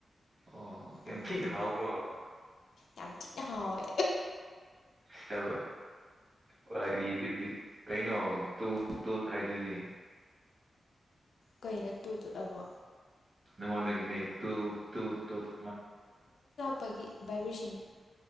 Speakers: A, on the right (about 30°); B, on the left (about 80°).
A: ꯑꯣ ꯌꯥꯝ
B: ꯑꯗꯨꯗꯒꯤ
A: ꯊꯤꯅ ꯍꯥꯎꯕ꯭ꯔꯣ
B: ꯌꯥꯝ ꯊꯤꯅ ꯍꯥꯎꯋꯦ
A: ꯁ ꯀꯔꯤꯖꯤ ꯀꯩꯅꯣ ꯇꯣ ꯇꯣ ꯍꯥꯏꯗꯨꯖꯤ
B: ꯀꯩꯅꯠꯇꯨ ꯇꯨꯂꯕꯣ
A: ꯉꯣ ꯅ ꯅ ꯇ ꯇ ꯇꯦ
B: ꯑꯄꯒꯤ ꯚꯥꯏꯏꯕ꯭ꯔꯦꯁꯟ